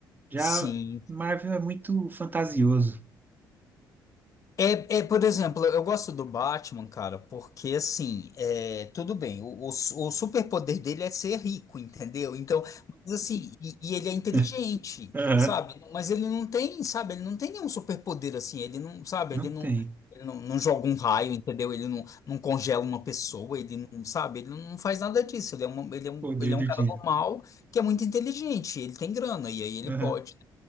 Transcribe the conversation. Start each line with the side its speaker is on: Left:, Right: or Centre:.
Right: Já
Left: sim.
Right: Marvel é muito fantasioso.
Left: É, é, por exemplo, eu gosto do Batman, cara, porque assim, é, tudo bem, o, o, o superpoder dele é ser rico, entendeu? Então, mas assim, e, e ele é inteligente,
Right: <laughs> Aham.
Left: sabe? Mas ele não tem, sabe? Ele não tem nenhum superpoder assim, ele não, sabe?
Right: Não
Left: Ele não,
Right: tem
Left: ele não, não joga um raio, entendeu? Ele não, não congela uma pessoa, ele não, sabe? Ele não faz nada disso, ele é uma, ele é um,
Right: poder
Left: ele é
Right: do
Left: um cara
Right: dinheiro.
Left: normal que é muito inteligente, ele tem grana, e aí ele
Right: Aham.
Left: pode.